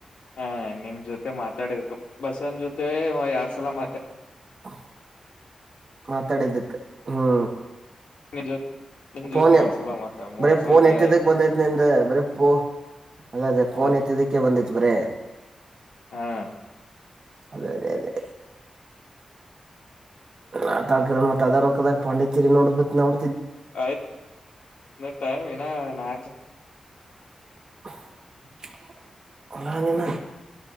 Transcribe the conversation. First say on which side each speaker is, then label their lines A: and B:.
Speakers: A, on the left; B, on the right.
A: ಹಾ ನಿಮ್ ಜೊತೆ ಮಾತಾಡಿದಕ ಬಸನ್ ಜೊತೆ ಯಾರ್. ಸಲಾಮತ.
B: <inaudible> ಮಾತಾಡಿದಕ್ಕೆ. ಹ್ಮ.
A: ನಿನ್ ಜೊ ನಿನ್ ಜೊತೆ
B: ಫೋನ್ ಎತ್ತಿದಕೆ
A: ಒಂದ್ಸಲ ಮತ್ತ ಮೂರ್
B: ಬರ
A: ಸಲಕ್ಕೆ
B: ಫೋನ್ ಎತ್ತಿದ್ದಕ್ ಬಂದೈತ್ ನಿಮ್ದ ಬರ ಪೋ ಅದೇ ಅದೇ ಪಫೋನ್
A: ಹ
B: ಎತ್ತಿದ್ದಕ್ಕೆ ಬಂದೈತ್ ಬರ.
A: ಹಾ
B: ಅದೇ ಅದೇ ಅದೇ. ಆ ತಕ ಮತ್ ಅದರೋಕ್ಕದಾಗ ಪಾಂಡಿಚಾರಿ ನೋಡ್ಬಿಕ್ ನೋಡ.
A: ಆಯ್ತ್ ನ ಟೈಮ್ ಏನಾ ನಾಗ.
B: <inaudible> ಹಾನಮ್ಮ.